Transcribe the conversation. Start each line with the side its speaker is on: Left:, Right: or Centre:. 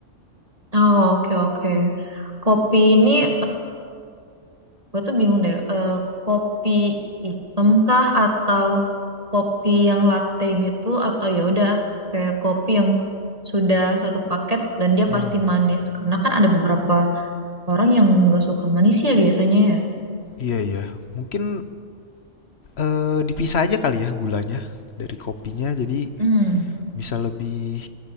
Right: Oh, oke, oke. Kopi ini Gue tuh bingung deh, eh, kopi hitam kah atau kopi yang latte gitu atau ya udah kayak kopi yang sudah satu paket dan dia
Left: Hmm,
Right: pasti manis. Karena kan ada beberapa orang yang nggak suka manis ya biasanya ya.
Left: iya iya. Mungkin Eee, dipisah aja kali ya gulanya dari kopinya, jadi
Right: Hmm,
Left: bisa lebih